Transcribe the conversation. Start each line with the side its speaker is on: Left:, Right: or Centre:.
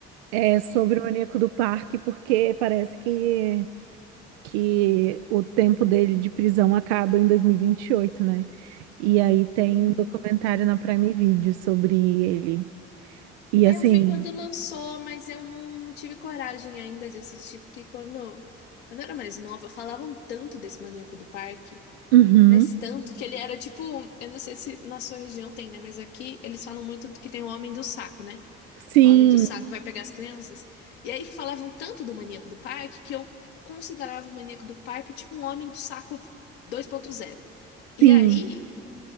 Right: É sobre o Maníaco do Parque, porque parece que, que o tempo dele de prisão acaba em dois mil e e vinte e oito né? E aí tem
Left: Hum.
Right: um documentário na Prime Video sobre ele. E
Left: É,
Right: assim,
Left: eu vi quando lançou, mas eu não, não tive coragem ainda de assistir, porque quando, quando eu era mais nova, falavam tanto desse Maníaco do Parque.
Right: uhum,
Left: Mas tanto que ele era tipo, eu não sei se na sua região tem, né? Mas aqui eles falam muito que tem o homem do saco, né?
Right: sim,
Left: O homem do saco vai pegar as crianças. E aí falavam tanto do maníaco do parque que eu considerava o maníaco do parque tipo um homem do saco 2.0. E
Right: sim,
Left: aí